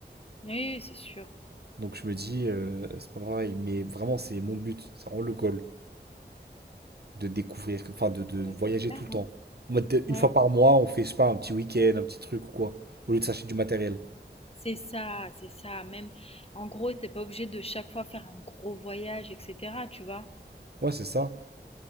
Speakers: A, on the left; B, on the right.
A: Oui, c'est sûr.
B: Donc je me dis, euh, c'est pas pareil. Mais vraiment, c'est mon but. C'est vraiment le goal. de découvrir, enfin de, de
A: Euh,
B: voyager
A: j'espère,
B: tout le temps.
A: hein.
B: En mode, de-
A: Ouais,
B: une fois
A: ouais,
B: par
A: ouais.
B: mois, on fait, je sais pas, un petit week-end, un petit truc ou quoi, au lieu de s'acheter du matériel.
A: C'est ça, c'est ça. Même, en gros, t'es pas obligé de chaque fois faire un gros voyage, etc. Tu vois?
B: Ouais, c'est ça.